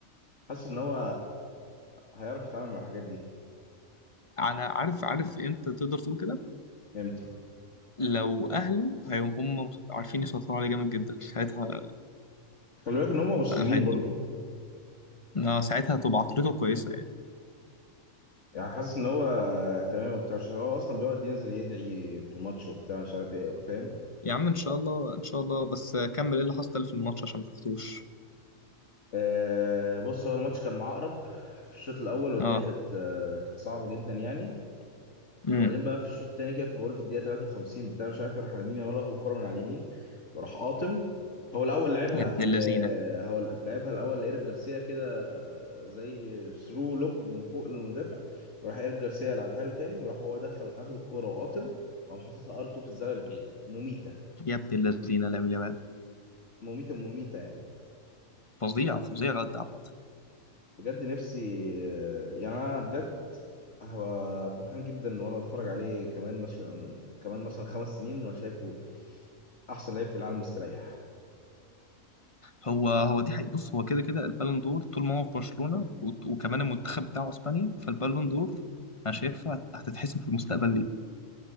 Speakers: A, on the left (about 60°); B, on the left (about 25°).
A: حاسس ان هو هيعرف يتعامل مع الحاجات دي
B: انا عارف عارف امتى تقدر تقول كده
A: فهمت
B: لو اهله هي- هم عارفين يسيطروا عليه جامد جدا ساعتها
A: خلي بالك ان هم مسلمين
B: هيطب
A: برضو
B: آه، ساعتها هتبقى عقليته كويسه يعني
A: يعني حاسس ان هو تمام وبتاع عشان هو اصلا بيقعد ينزل يدعي في الماتش وبتاع مش عارف ايه فاهم
B: يا عم ان شاء الله ان شاء الله بس كمل ايه اللي حصل في الماتش عشان ما شفتوش
A: آه بص هو الماتش كان معقرب في الشوط الاول والدنيا
B: اه
A: كانت آه كانت صعبه جدا يعني
B: امم
A: وبعدين بقى في الشوط التاني كده في اوله في الدقيقه 53 بتاع مش عارف يروح لمين يامال واخد الكره من على اليمين وراح قاطم هو الاول لعبها
B: يا ابن
A: ل...
B: اللذينه
A: هقول لك لعبها الاول لايريك جارسيا كده زي ثرو لوب من فوق للمدافع وراح ايريك جارسيا لعبها له تاني وراح هو دخل اخد الكره وقاطم وقام حاططها ار 2 في الزاويه البعيده مميته
B: يا ابن اللذينه لامين يامال
A: مميته مميته يعني
B: فظيع فظيع الواد ده عامه
A: بجد نفسي آه، يعني انا بجد هبقى فرحان جدا ان انا اتفرج عليه كمان مثلا كمان مثلا خمس سنين وانا شايفه احسن لعيب في العالم مستريح
B: هو هو دي حقيقة بص هو كده كده البالون دور طول ما هو في برشلونه وت- وكمان المنتخب بتاعه اسبانيا فالبالون دور انا شايفها هت- هتتحسم في المستقبل ليه